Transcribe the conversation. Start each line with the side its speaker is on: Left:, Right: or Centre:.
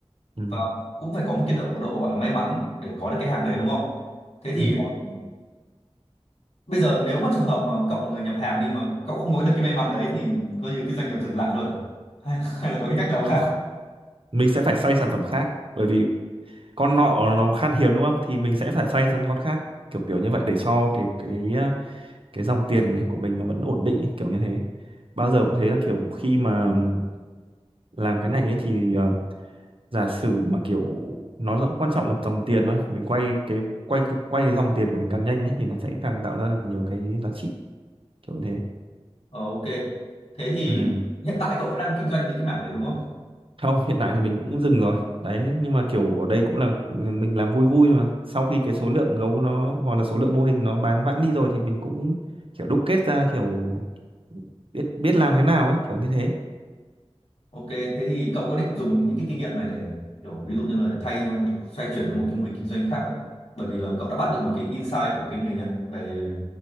Right: ừ.
Left: và cũng phải có một cái độ độ gọi là may mắn để có được cái hàng đấy đúng không thế thì
Right: Ừ.
Left: ờ, bây giờ nếu mà trường hợp mà cậu là người nhập hàng đi mà cậu không có được cái may mắn đấy thì coi như cái doanh nghiệp dừng lại luôn à hay, <laughs> hay là có cái cách nào
Right: Không,
Left: khác
Right: mình sẽ phải xoay sản phẩm khác bởi vì con nọ nó khan hiếm đúng không thì mình sẽ phải xoay sang con khác kiểu kiểu như vậy để cho cái cái ờ, cái dòng tiền ấy của mình nó vẫn ổn định ấy, kiểu như thế bao giờ cũng thế là kiểu khi mà ừm, làm cái này ấy thì ờ, giả sử mà kiểu nó rất quan trọng là dòng tiền thôi mình quay cái quay cái quay cái dòng tiền của mình càng nhanh ấy thì nó sẽ càng tạo ra được nhiều cái giá trị kiểu như thế
Left: Ờ, ok. Thế thì
Right: ừ
Left: hiện tại cậu vẫn đang kinh doanh cái mảng đấy đúng không?
Right: không hiện tại thì mình cũng dừng rồi đấy nhưng mà kiểu đây cũng là mình làm vui vui thôi mà sau khi cái số lượng gấu nó hoặc là số lượng mô hình nó bán vãn đi rồi thì mình cũng kiểu đúc kết ra kiểu biết biết làm thế nào ấy kiểu như thế
Left: Ok, thế thì cậu có định dùng những cái kinh nghiệm này để kiểu ví dụ như là thay cho một xoay chuyển sang một cái mô hình kinh doanh khác không? Bởi vì là cậu đã bắt được một cái insight của cái người Nhật về